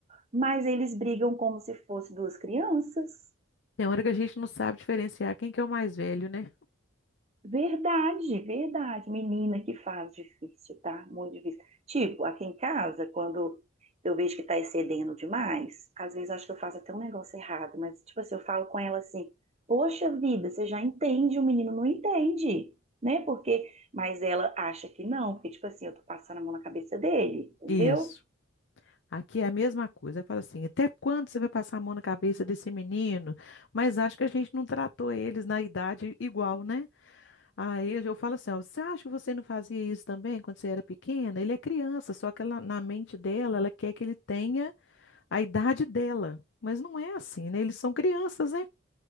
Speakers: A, on the right; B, on the left.
A: Mas eles brigam como se fossem duas crianças.
B: tem hora que a gente não sabe diferenciar quem que é o mais velho, né?
A: Verdade, verdade. Menina, que fase difícil, tá? Muito difícil. Tipo, aqui em casa, quando eu vejo que tá excedendo demais, às vezes eu acho que eu faço até um negócio errado, mas, tipo assim, eu falo com ela assim: Poxa vida, você já entende, o menino não entende, né? Porque, mas ela acha que não, porque, tipo assim, eu tô passando a mão na cabeça dele, entendeu?
B: Isso. Aqui é a mesma coisa. Fala assim, até quando você vai passar a mão na cabeça desse menino? Mas acho que a gente não tratou eles na idade igual, né? Aí eu falo assim, ó, você acha que você não fazia isso também quando você era pequena? Ele é criança, só que ela, na mente dela, ela quer que ele tenha a idade dela. Mas não é assim, né? Eles são crianças, né?